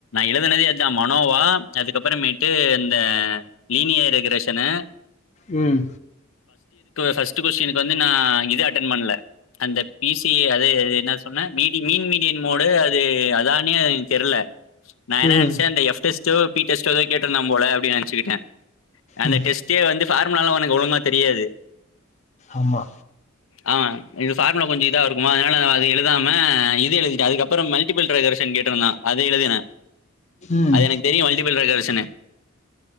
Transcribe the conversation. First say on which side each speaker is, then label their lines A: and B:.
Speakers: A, on the left; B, on the left.
A: ழுனதே இதா மனோவா அதுக்கப்புறமேட்டு இந்த லீனிய ரெகுரேஷனு
B: உம்
A: ஃபஸ்ட்டு கொஸ்டின்க் வந்து நா இது அட்டன் பண்ல அந்த பிசி அது என்ன சொன்ன மீடின் மீன் மீடியன் மோடு அது அதானே தெரில நா என்னா
B: ம்
A: நென்ச்ச அந்த எஃப் டெஸ்ட்டு பி டெஸ்டோ எதோ கேட்டுருந்தான் போல அப்டி நென்சிக்கிட்ட அந்த
B: ம்
A: டெஸ்டே வந்து ஃபார்முலா லா உனக்கு ஒழுங்கா தெரியாது
B: ஆமா
A: ஆமா இது ஃபார்முலா கொஞ்சோ இதா இருக்குமா அதனால எழுதாம இது எழுதிட்டு அதுக்கப் புறோ மல்டிபள் ரெகுரேஷன் கேட்டுருந்தா அத எழுதுன
B: ம்
A: அது எனக் தெரியு மல்டிபல் ரகரேஷனு